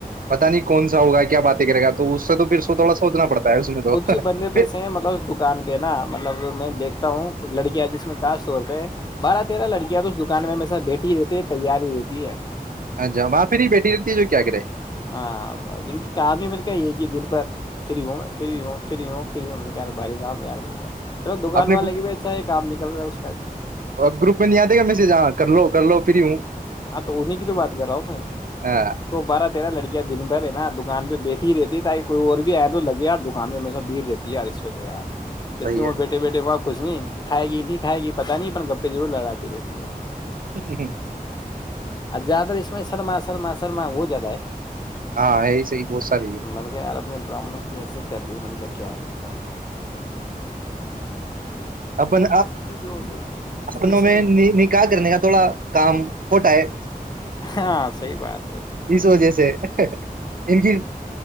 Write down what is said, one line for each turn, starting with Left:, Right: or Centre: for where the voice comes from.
Right: پتا نہیں کون سا ہوگا کیا باتیں کرے گا تو اس سے تو پھر سو تھوڑا سوچنا پڑتا ہے اس میں تو
Left: کچھ ہی
Right: پھر
Left: بندے تو ایسے ہیں مطلب اس دکان پہ نا مطلب میں دیکھ تا ہوں لڑکیاں جس میں خاص طور پہ بارہ تیرہ لڑکیاں تو اس دکان میں میں س بیٹھی ہی رہتی ہے تیار ہی رہتی ہے
Right: اچھا وہاں پھر ہی بیٹھی رہتی ہے جو کیا کر رہے
Left: ہاں کافی مل کے ایک ہی دل پر فری ہوں ہوںری ہوںھر بری کا یار چلو دکان
Right: اپنے
Left: والے
Right: گپ
Left: کی بھی اچھا ہے کام نکل رہا ہے اس کا
Right: اورپ گروپ میںہ نہیں آتے گا م سے جاں کر لو کو پری
Left: ہاں تو انہیں کی تو بات کر رہا ہوں میں
Right: ہاں
Left: تو بارہ نا لڑکیا دن بھر ہے نا دکان پہ بیٹھی ہی رہتی ت یہ کوئی اور بھی آئے تو لگے یار دکان پہ ہمیشہ بھیڑ رہتی ہے یار اس پہ تو یار جب
Right: صحیح
Left: کیوں بیٹھے بیٹھے باپ کچھ نہیں کھائے گی نہیں کھائے گی پتہ نہیں گپے ضرور لڑاتی رہتی وہ
Right: <unintelligible>
Left: زیاد تر اس میں سرما سرما سرما وہ زیادہ ہے
Right: ہاں یہی صحی بہت ساریے ہے
Left: من کیا یار اپنے براہمنوں کی ایسے کر رہی من کیا کیا ہے گا
Right: اپن
Left: جو
Right: اپنوں
Left: جیسے
Right: میں نکاح کرنے کا تھوڑا کام کھوٹا ہے
Left: ہاں صحیح بات ہے
Right: اس وجہ سے ان کی